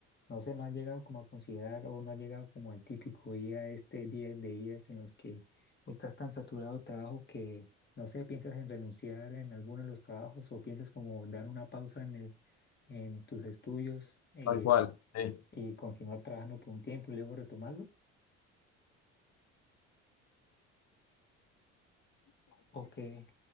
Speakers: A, on the left (about 35°); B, on the left (about 50°).
A: no sé, no has llegado como a considerar o no has llegado como al típico día, este día de días en los que estás tan saturado de trabajo que, no sé, piensas en renunciar en alguno de los trabajos o piensas como dar una pausa en el, en tus estudios. eh,
B: Tal cual, sí.
A: y continuar trabajando por un tiempo y luego retomarlos? ¿O qué,